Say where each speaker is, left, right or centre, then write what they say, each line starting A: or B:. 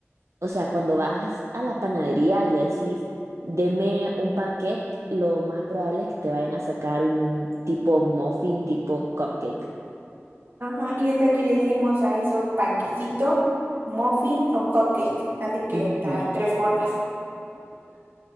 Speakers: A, on the right (about 75°); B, on the right (about 50°).
A: O sea, cuando vas a la panadería y le decís, deme un panqué, lo más probable es que te vayan a sacar un tipo muffin, tipo cupcake.
B: Ajá, y es que aquí le decimos a eso panquecito, muffin o cupcake, así que
A: Ujú.
B: están las tres formas.